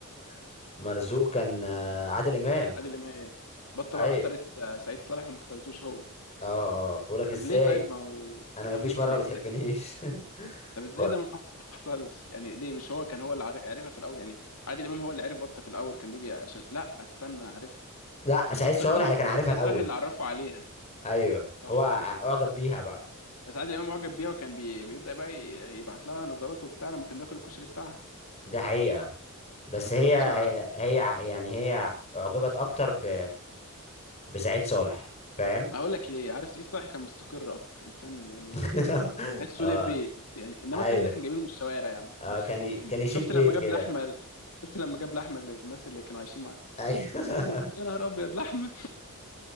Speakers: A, on the left; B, on the left.
A: <laughs> مرزوق كان آه، عادل امام
B: عادل امام بطه
A: ايوه
B: بقى اختارت آه، سعيد صالح وما اختارتوش هو
A: اه اه فبقول لك ازاي
B: طب ليه طيب ما هو
A: انا ما
B: طب
A: فيش
B: ليه
A: مره
B: ليه-
A: ما بتحبنيش
B: ازاي إز-
A: <laughs>
B: طب ازاي
A: و-
B: ده ما حصلش يعني ليه مش هو كان هو اللي عار- عارفها في الاول يعني عادل امام هو اللي عرف بطه في الاول كان بيجي عشان لا استنى انا عرفت
A: لا
B: مش
A: سعيد
B: بطه
A: صالح
B: دي
A: اللي كان عارفها
B: سعيد
A: الاول
B: صالح اللي عرفه عليها
A: ايوه
B: صح
A: هو ع- اعجب بيها بقى
B: بس عادل امام معجب بيها وكان بي... بيبدا بقى ي- يبعت لها نظرات وبتاع لما كان بياكل الكشري بتاعها
A: ده حقيقه بس
B: بس
A: هي
B: ما جاش
A: هي,
B: معاها
A: هي ع- يعني هي اعجبت اكتر ب... بسعيد صالح فاهم
B: ما اقول لك ليه عارف سعيد صالح كان مستقر اكتر انسان يعني
A: <laughs>
B: تحسه
A: اه
B: ليه في بيت يعني انما
A: ايوه
B: التاني ده كان جايبينه من الشوارع يا عم
A: اه
B: ده
A: كان ي...
B: <laughs>
A: كان يشيل
B: شفت
A: بيت
B: لما جاب
A: كده
B: لحمه شفت لما جاب لحمه للناس اللي كانوا عايشين معاه
A: ايوه
B: قال له يا نهار ابيض لحمه